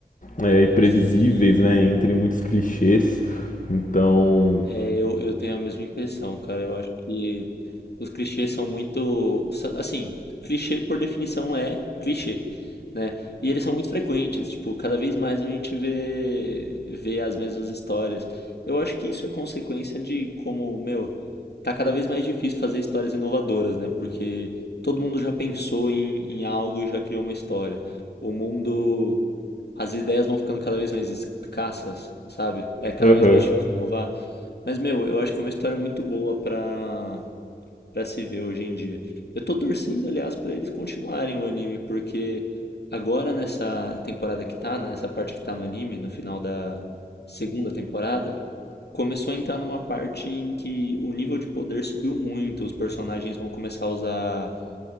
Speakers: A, on the left (about 50°); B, on the left (about 75°).
A: é, e previsíveis,
B: Sim.
A: né? Entre muitos clichês. Então.
B: É, eu, eu tenho a mesma impressão, cara. Eu acho que os clichês são muito. sa- Assim, clichê por definição é clichê, né? E eles são muito frequentes, tipo, cada vez mais a gente vê, vê as mesmas histórias. Eu acho que isso é consequência de como, meu, tá cada vez mais difícil fazer histórias inovadoras, né? Porque todo mundo já pensou em, em algo e já criou uma história. O mundo as ideias vão ficando cada vez mais escassas, sabe? É cada
A: Aham.
B: vez mais difícil inovar. Mas, meu, eu acho que é uma história muito boa pra, pra se ver hoje em dia. Eu tô torcendo, aliás, pra eles continuarem o anime, porque agora nessa temporada que tá, nessa parte que tá no anime, no final da segunda temporada, começou a entrar numa parte em que o nível de poder subiu muito, os personagens vão começar a usar